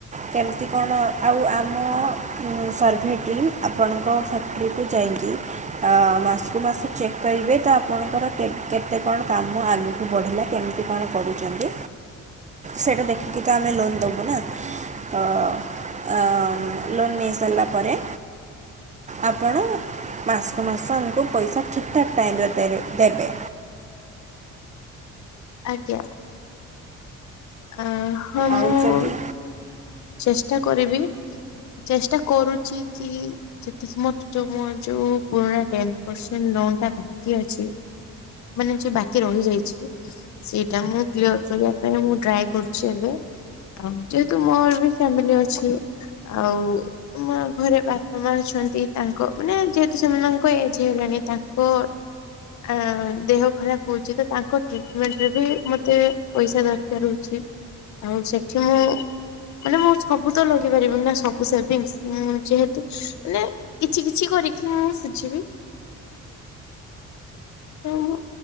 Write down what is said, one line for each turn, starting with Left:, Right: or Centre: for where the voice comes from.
Right: କେମତି କଣ ଆଉ ଆମ ଅ ଅ ମୁଁ ସର୍ଭେ ଟିମ୍ ଆପଣଙ୍କ ଫ୍ୟାକ୍ଟ୍ରିକୁ ଯାଇଁକି ଅ ଅ ମାସକୁୁ ମାସ ଚେକ୍ କରିବେ ତ ଆପଣଙ୍କର କେତ୍ କେତେ କଣ କାମ ଆଗୁ କୁ ବଢ଼ିଲା କେମତି କଣ କରୁଚନ୍ତି ସେଟା ଦେଖିକି ତ ଆମେ ଲୋନ ଦବୁ ନା ଅ ଅ ଅଁ ମ୍ ଲୋନ୍ ନେଇସାରିଲା ପରେ ଆପଣ ମାସକୁ ମାସ ଆମକୁ ପଇସା ଠିକ୍ ଠାକ୍ ଟାଇମ୍ ରେ ଦେଇଦେବେ ଦେବେ।
Left: ଆଜ୍ଞା। ଆଁ ହଁ ମୁଁ
Right: ଆଉ ଯଦି
Left: ଚେଷ୍ଟା କରିବି ଚେଷ୍ଟା କରୁଚି କି ସେଠି ସ୍ମଟ୍ ଯୋଉ ମୋ ଯୋଉ ପୁରୁଣା ଟେନ୍ ପରସେଣ୍ଟ ଲୋନ୍ ଟା ବାକି ଅଛି ମାନେ ଯୋଉ ବାକି ରହିଯାଇଛି ସେଇଟା ମୁଁ କ୍ଳିଅର କରିବା ପାଇଁ ମୁଁ ଟ୍ରାଏ କରୁଛି ଏବେ ଆଉ ଯେହେତୁ ମୋର ବି ଫ୍ୟାମିଲି ଅଛି ଆଉ ମା ଘରେ ବାପା ମା ଅଛନ୍ତି ତାଙ୍କ ମାନେ ଯେହେତୁ ସେମାନଙ୍କ ଏଜ ହେଇଗଲାଣି ତାଙ୍କ ଆଁ ଦେହ ଖରାପ ହଉଚି ତ ତାଙ୍କ ଟ୍ରିଟମେଣ୍ଟରେ ବି ମତେ ପଇସା ଦରକାର ହଉଛି। ଆଉ ସେଠି ମୁଁ ମାନେ ମୁଁ ସବୁ ତ ଲଗେଇ ପାରିବିନି ନା ସବୁ ସେଭିଙ୍ଗସ୍ ମୁଁ ଯେହେତୁ ମାନେ କିଛି କିଛି କରିକି ଆଁ ଶୁଝିବି। ତ ମୁଁ